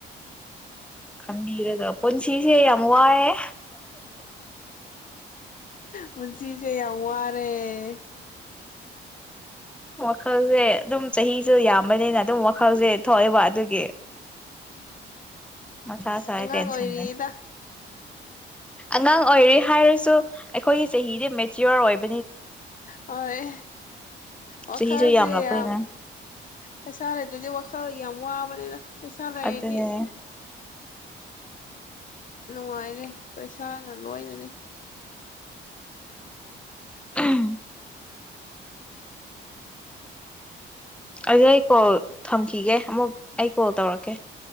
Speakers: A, in the centre; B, on the left (about 45°).
A: ꯈꯟꯕꯤꯔꯒ ꯄꯨꯟꯁꯤꯁꯦ ꯌꯥꯝ ꯋꯥꯏꯑꯦ
B: ꯄꯨꯟꯁꯤꯁꯦ ꯌꯥꯝ ꯋꯥꯔꯦ
A: ꯋꯥꯈꯜꯁꯦ ꯑꯗꯨꯝ ꯆꯍꯤꯁꯨ ꯌꯥꯝꯕꯅꯤꯅ ꯑꯗꯨꯝ ꯋꯥꯈꯜꯁꯦ ꯊꯣꯛꯑꯦꯕ ꯑꯗꯨꯒꯤ ꯃꯊꯥ
B: ꯑꯁ
A: ꯁꯥꯏ
B: ꯑꯉꯥꯡ
A: ꯇꯦꯟꯁꯟ
B: ꯑꯣꯏꯔꯤꯗ
A: ꯂꯩ ꯑꯉꯥꯡ ꯑꯣꯏꯔꯤ ꯍꯥꯏꯔꯁꯨ ꯑꯩꯈꯣꯏꯒꯤ ꯆꯍꯤꯗꯤ ꯃꯦꯆꯤꯌꯣꯔ ꯑꯣꯏꯕ
B: ꯍꯣꯏ ꯋꯥꯈꯜꯁꯦ
A: ꯆꯍꯤꯁꯨ ꯌꯥꯝꯂꯛꯄꯅꯤꯅ
B: ꯌꯥꯝ ꯄꯩꯁꯥ ꯂꯩꯇ꯭ꯔꯗꯤ ꯋꯥꯈꯜ ꯀ ꯑꯃ ꯑꯕꯅꯦꯔ ꯄꯩꯁꯥ ꯂꯩꯔꯗꯤ
A: ꯑꯗꯨꯅꯦ
B: ꯅꯨꯡꯉꯥꯏꯔꯦ ꯄꯩꯁꯥꯅ ꯂꯣꯏꯅꯅꯤ
A: <unintelligible> ꯑꯗꯨ ꯑꯩ ꯀꯣꯜ ꯊꯝꯈꯤꯒꯦ ꯑꯃꯨꯛ ꯑꯩ ꯀꯣꯜ ꯇꯧꯔꯛꯀꯦ